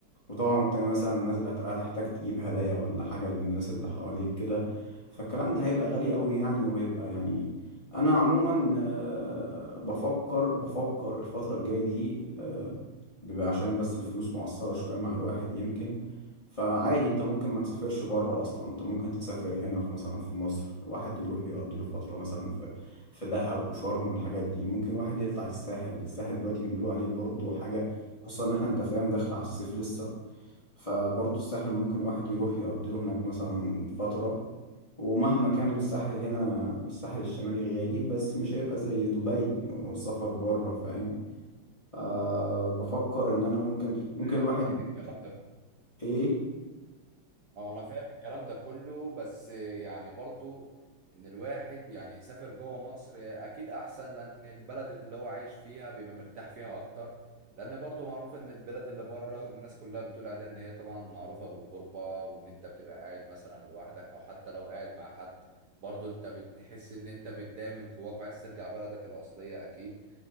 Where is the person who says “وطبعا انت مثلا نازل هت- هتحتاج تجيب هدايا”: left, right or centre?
Left